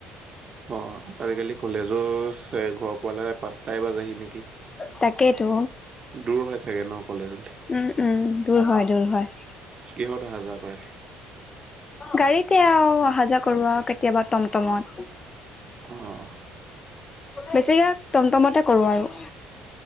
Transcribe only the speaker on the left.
তাকেইতো
উম উম। দূৰ হয় দূৰ হয়।
গাড়ীতে আৰু অহা যোৱা কৰো আৰু কেতিয়াবা টমটমত।
বেছিভাগ টমটমতে কৰোঁ আৰু।